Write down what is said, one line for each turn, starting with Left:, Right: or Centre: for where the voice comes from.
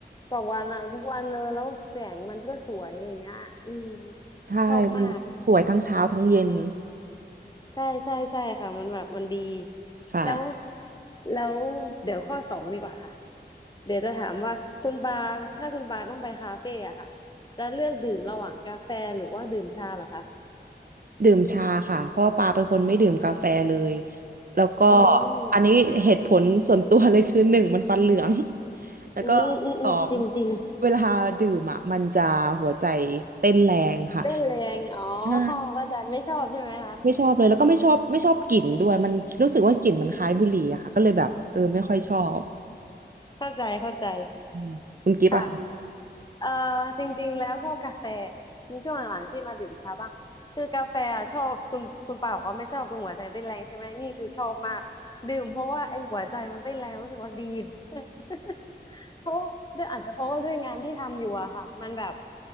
Left: ต่อวันอ่ะทุกวันเลยแล้วแสงมันก็สวยอะไรอย่างเงี้ยอืม
Right: ใช่มันสวยทั้งเช้าทั้งเย็น
Left: ชอบมาก ใช่ใช่ใช่ค่ะมันแบบมันดี
Right: ค่ะ
Left: แล้วแล้วเดี๋ยวข้อสองดีกว่าค่ะเดี๋ยวจะถามว่าคุณปาถ้าคุณปาต้องไปคาเฟ่อะค่ะจะเลือกดื่มระหว่างกาแฟหรือว่าดื่มชาเหรอคะ
Right: ดื่มชาค่ะเพราะว่าปาเป็นคนไม่ดื่มกาแฟเลยแล้วก็
Left: อืม
Right: อันนี้เหตุผลส่วนตัวเลยคือ <laughs> หนึ่งมันฟันเหลือง <laughs> แล้วก็
Left: อืมอืมอืมจริงจริง
Right: สองเวลาดื่มอ่ะมันจะหัวใจเต้นแรงค่ะ
Left: เต้นแรงอ๋อเข้าใจไม่ชอบใช่ไหมคะ
Right: ใช่ไม่ชอบเลยแล้วก็ไม่ชอบไม่ชอบกลิ่นด้วยมันรู้สึกว่ากลิ่นมันคล้ายบุหรี่อะค่ะก็เลยแบบเออไม่ค่อยชอบ
Left: เข้าใจเข้าใจ
Right: อืมคุณกิฟต์อะค่ะ
Left: ค่ะ เออจริงๆแล้วชอบกาแฟมีช่วงหลังๆที่มาดื่มชาบ้างคือกาแฟอะชอบคุณคุณป่าบอกว่าไม่ชอบตรงหัวใจเต้นแรงใช่ไหมนี่คือชอบมากดื่มเพราะว่าไอ้หัวใจมันเต้นแรงรู้สึกว่าดี <laughs> เพราะว่าด้วยอาจจะเพราะว่าด้วยงานที่ทำอยู่อะค่ะมันแบบ